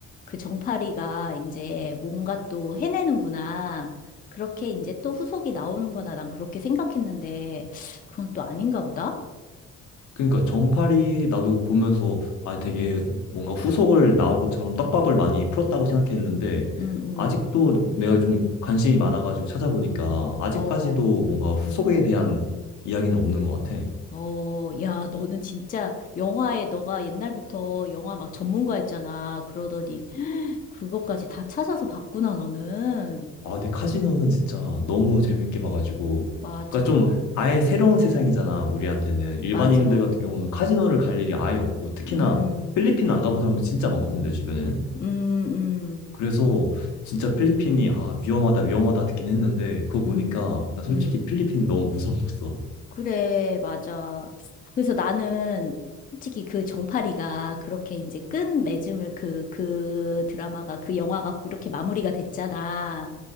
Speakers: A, on the left; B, on the left.
A: 그 정파리가 이제 뭔가 또 해내는구나. 그렇게 이제 또 후속이 나오는구나. 난 그렇게 생각했는데, 그건 또 아닌가 보다?
B: 그러니까 정팔이 나도 보면서 아 되게 뭔가 후속을 나올 것처럼 떡밥을 많이 풀었다고 생각했는데
A: 응, 응.
B: 아직도 내가 좀 관심이 많아가지고 찾아보니까 아직까지도
A: 어.
B: 뭔가 후속에 대한 이야기는 없는 것 같아.
A: 어, 야, 너는 진짜 영화에 너가 옛날부터 영화 막 전문가였잖아. 그러더니 <gasps> 그것까지 다 찾아서 봤구나, 너는.
B: 아 근데 카지노는 진짜 너무
A: 봐봐.
B: 재밌게 봐가지고
A: 맞아.
B: 그러니까 좀 아예 새로운 세상이잖아 우리한테는 일반인들
A: 맞아.
B: 같은 경우는 카지노를 갈 일이 아예 없고 특히나
A: 음,
B: 필리핀 안 가본 사람도 진짜 많거든 내 주변에는.
A: 음, 음,
B: 그래서 진짜 필리핀이 아 위험하다 위험하다 듣긴 했는데 그거 보니까
A: 음,
B: 나 솔직히
A: 음.
B: 필리핀 너무 무서웠어.
A: 그래, 맞아. 그래서 나는 솔직히 그 정파리가 그렇게 이제 끝맺음을 그, 그 드라마가, 그 영화가 그렇게 마무리가 됐잖아.